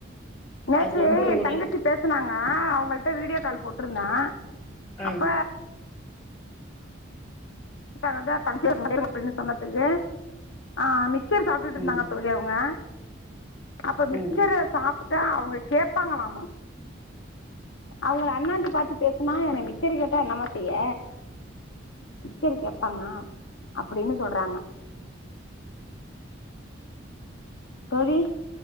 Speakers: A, on the left; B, on the left.
A: நேத்து
B: அதுல வந்து
A: என்
B: ஒரு
A: தங்கச்சீ பேசனாங்க அவங்கள்ட்ட வீடியோ கால் போட்டருந்தே
B: ம்
A: அப்ப ஆ இந்த தங்கச்சி <unintelligible> அப்டின்னு சொன்னதுக்கு ஆ மிக்சர் சாப்ட்டு இருந்தாங்க
B: ம்,
A: தோழி அவங்க அப்ப மிச்சரு
B: ம்.
A: சாப்ட்டா அவங்க கேப்பாங்களாமா அவங்கள அண்ணாந்து பாத்து பேசுனா என்ன மிச்சரு கேட்டா என்னமா செய்ய மிச்சரு கேப்பாங்க அப்புடின்னு சொல்றாங்க தோழி